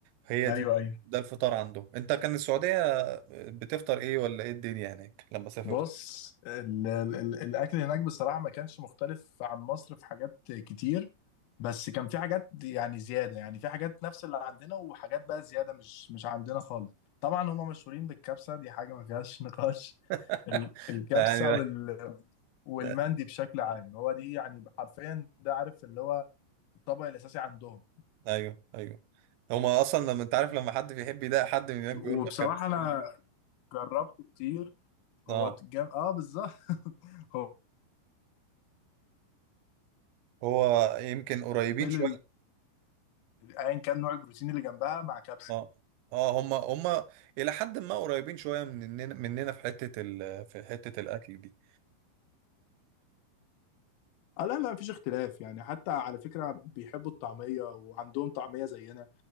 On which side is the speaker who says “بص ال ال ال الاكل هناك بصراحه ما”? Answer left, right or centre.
Left